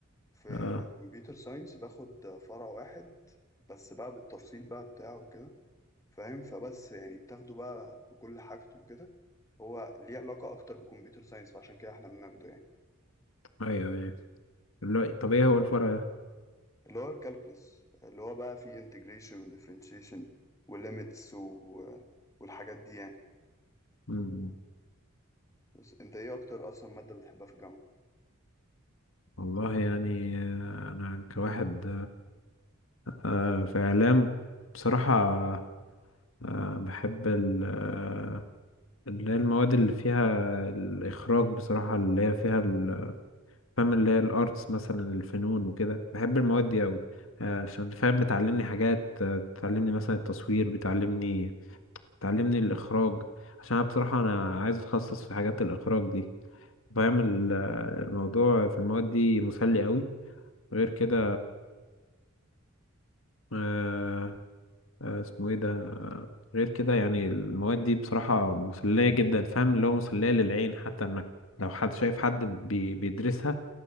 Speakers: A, on the left; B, on the left.
A: في
B: اه
A: كمبيوتر ساينس باخد آه، فرع واحد بس بقى بالتفصيل بقى بتاعه وكده فاهم فبس يعني بتاخده بقى بكل حاجته وكده هو ليه علاقة أكتر بكمبيوتر ساينس فعشان كده إحنا بناخده يعني
B: ايوه ايوه اللي هو- طب ايه هو الفرع ده
A: اللي هو الكالكلس اللي هو بقى فيه انتجريشن وديفرنشيشن وليميتس والحاجات دي يعني
B: مم.
A: بس أنت إيه أكتر أصلا مادة بتحبها في الجامعة؟
B: والله يعني آه، انا كواحد آه، في اعلام بصراحة آه، بحب ال- آه، اللي هي المواد اللي فيها الاخراج بصراحة اللي هي فيها ال- فاهم اللي هي الارتس مثلا الفنون وكده بحب المواد دي قوي عشان فاهم بتعلمني حاجات آه، بتعلمني مثلا التصوير بتعلمني بتعلمني الاخراج عشان أنا بصراحة انا عايز اتخصص في حاجات الاخراج دي فاهم ال- الموضوع في المواد دي مسلي قوي غير كده آه آه اسمه ايه ده آه، غير كده يعني المواد دي بصراحة مسلية جدا فاهم اللي هو مسلية للعين حتى انك لو حد شايف حد بي بيدرسها